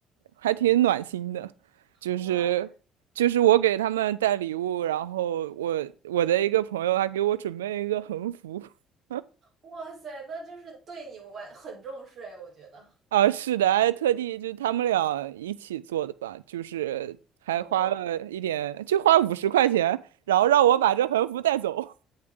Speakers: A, on the right; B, on the right.
A: 还挺暖心的，就是就是我给他们带礼物，
B: 哇塞，
A: 然后我我的一个朋友还给我准备一个横幅 <laughs>
B: 哇塞，那就是对你玩很重视哎，我觉得。
A: 啊，是的，还特地就是他们俩一起做的吧，就是还花了一点，
B: 我。
A: 就花五十块钱，然后让我把这横幅带走。
B: <laughs>